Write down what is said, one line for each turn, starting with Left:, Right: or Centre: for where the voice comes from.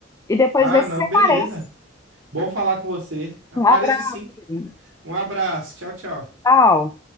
Left: E depois
Right: Ah,
Left: vê se
Right: não,
Left: você aparece.
Right: beleza. Bom falar com você. Apareço
Left: Um abraço,
Right: sim.
Left: querido.
Right: Um abraço, tchau, tchau.
Left: Tchau.